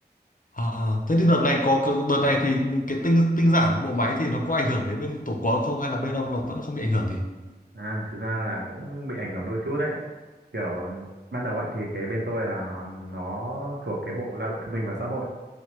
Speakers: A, on the left; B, on the right.
A: À, thế thì đợt này có có- đợt này thì cái tinh tinh giản bộ máy thì nó có ảnh hưởng đến bên tổ của ông không hay là bên ông nó vẫn không bị ảnh hưởng gì?
B: à thực ra là cũng bị ảnh hưởng đôi chút đấy kiểu ban đầu ấy thì cái bên tôi là nó thuộc cái bộ lao động thương binh và xã hội